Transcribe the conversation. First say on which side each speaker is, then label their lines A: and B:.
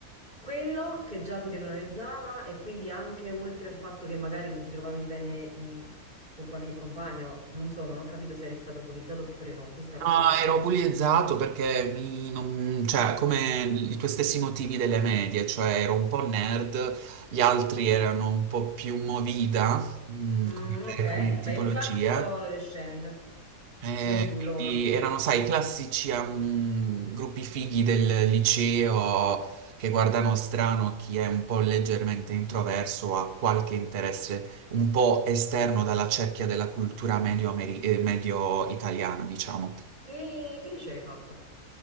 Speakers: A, on the right (about 30°); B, on the right (about 50°).
A: quello che già ti demoralizzava e quindi anche oltre al fatto che magari non ti trovavi bene in- con qualche compagno, non so, non ho capito se eri stato bullizzato oppure no, questa
B: No,
A: cosa non l'ho capita.
B: ero bullizzato perché mi- non- cioè, come i tuoi stessi motivi delle medie, cioè ero un po' nerd, gli altri erano un po' più movida, mm,
A: Mm,
B: come,
A: ok,
B: come
A: vabbè,
B: tipologia,
A: il classico adolescente.
B: e
A: Non tu, loro.
B: quindi erano, sai, i classici ehm, gruppi fighi del liceo che guardano strano chi è un po' leggermente introverso o ha qualche interesse un po' esterno dalla cerchia della cultura medio-ameri- eh, medio-italiana, diciamo.
A: Che, che liceo hai fatto?